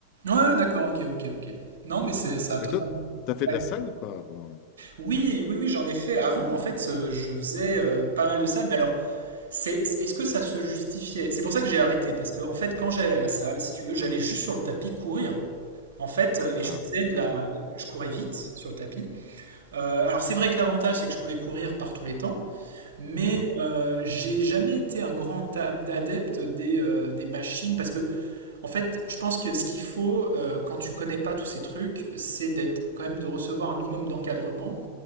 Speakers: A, on the right (about 60°); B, on the left (about 40°).
A: ouais, d'accord, ok, ok, ok. Non, mais c'est ça a totalement.
B: Mais toi, t'as fait
A: ouais.
B: de la salle ou pas avant?
A: Oui, oui, oui, j'en ai fait. Avant, en fait, euh, je faisais euh, pas mal de salles, mais alors C'est, est-ce que ça se justifiait C'est pour ça que j'ai arrêté, parce que en fait, quand j'allais à la salle, si tu veux, j'allais juste sur le tapis courir. En fait, euh, et
B: Ah,
A: je faisais de
B: d'accord.
A: la, je courais vite sur le tapis. Euh, alors c'est vrai que l'avantage, c'est que je pouvais courir par tous les temps, mais
B: Mhm.
A: euh, j'ai jamais été un grand ab- adepte des, euh, des machines, parce que en fait, je pense que ce qu'il faut euh, quand tu connais pas tous ces trucs, c'est d'être quand même de recevoir un minimum d'encadrement